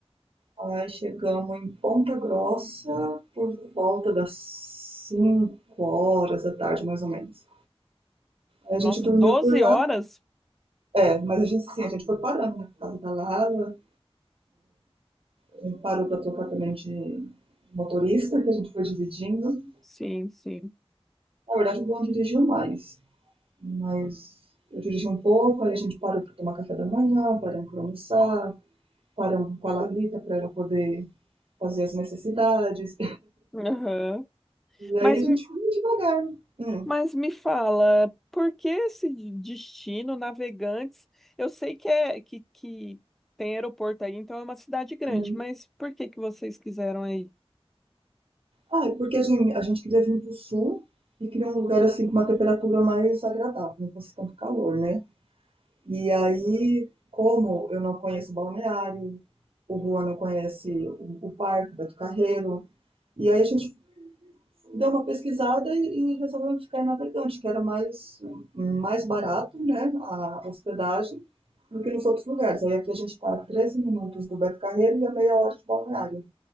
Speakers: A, on the right; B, in the centre.
A: aí chegamos em Ponta Grossa por volta das 5 horas da tarde, mais ou menos. Aí
B: nossa,
A: a gente dormiu
B: 12
A: por lá.
B: horas?
A: É, mas a gente, assim, a gente foi parando na casa da Lara, a gente parou pra trocar também de de motorista, que a gente foi dividindo.
B: Sim, sim.
A: Na verdade, eu não dirigiu mais, mas eu dirigi um pouco, aí a gente parou para tomar café da manhã, paramos para almoçar, paramos com a Lalita para ela poder fazer as necessidades.
B: Aham.
A: E aí
B: Mas,
A: a gente
B: me-
A: foi devagar. Hum.
B: mas me fala, por que esse de- destino, Navegantes? Eu sei que é que, que tem aeroporto aí, então é uma cidade grande,
A: Uhum.
B: mas por que que vocês quiseram aí?
A: Ah, é porque a gente, a gente queria vir para o sul e queria um lugar assim com uma temperatura mais agradável, não fosse tanto calor, né? E aí, como eu não conheço o balneário, o Juan não conhece o, o parque, o Beto Carreiro, e aí a gente deu uma pesquisada e, e resolveu ficar em Navegante, que era mais, mais barato né, a hospedagem do que nos outros lugares. Aí aqui a gente está a 13 minutos do Beto Carreiro e a meia hora de balneário.